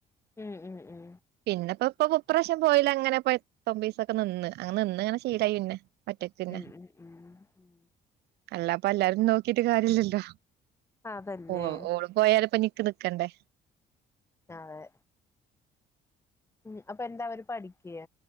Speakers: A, on the left; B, on the right.
A: ഉം ഉം ഉം
B: പിന്നെപ്പ ഇപ്പൊപൊ <unintelligible> പ്രാവശ്യം പോയില്ല അങ്ങനെപ്പൊ എത്തൊ പിസൊക്കെ നിന്ന്. അങ്ങ് നിന്ന്ങ്ങനെ ശീലായി പിന്നെ. ഒറ്റക്കന്നെ.
A: ഉം ഉം ഉം
B: അല്ലപ്പ എല്ലാരും നോക്കിട്ട് കാരില്ലല്ലോ.
A: അതല്ലേ
B: ഉവ്വ. ഓള് പോയാലിപ്പോ നിക്ക് നിക്കണ്ടേ?
A: ആ അതെ. ഉം അപ്പൊ എന്താ അവര് പഠിക്ക.